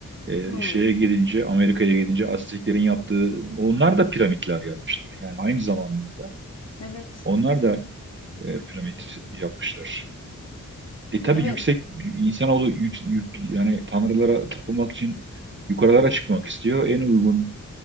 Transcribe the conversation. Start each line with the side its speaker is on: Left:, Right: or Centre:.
Right: e,
Left: Hmm,
Right: şeye gidince Amerika'ya gidince Azteklerin yaptığı onlar da piramitler yapmışlar. Yani aynı zamanda
Left: evet.
Right: onlar da e, piramit yapmışlar. E tabii
Left: Evet.
Right: yüksek insanoğlu yük, yük, yani tanrılara tapınmak için yukarılara çıkmak istiyor. En uygun